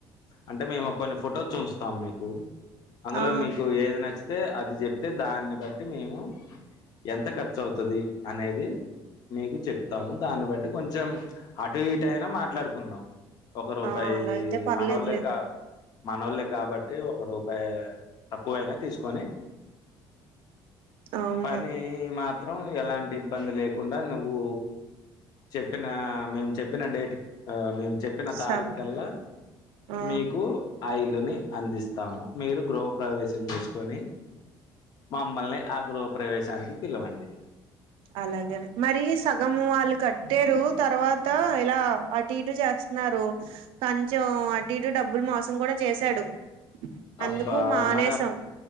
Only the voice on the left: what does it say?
అంటే మేము కొన్ని ఫొటో చూంచుతాం మీకు అందులో
మీకు ఏది నచ్చి తె అది చెప్తే దాన్ని బట్టి మేము ఎంత ఖర్చు అవుతది అనేది మీకు చెప్తాము దాన్ని బట్ కొంచెం అటు ఇటు అయినా మాట్లాడుకుందాం ఒక రూపాయి
మనోళ్ళక మనోళ్లే కాబట్టి ఒక రూపాయి తక్కువైనా తీసుకొని
పని మాత్రం ఎలాంటి ఇబ్బంది లేకుండా నువ్వు చెప్పిన మేము చెప్పిన డేట్ అ మేము చెప్పిన
తారీఖల్లా
మీకు అ ఇల్లు ని అందిస్తాము మీరు గృహ ప్రవేశం చేసుకొని మామ్మల్నే ఆ గృహ ప్రవేశానికి పిలవండి
అబ్బా
మరి అప్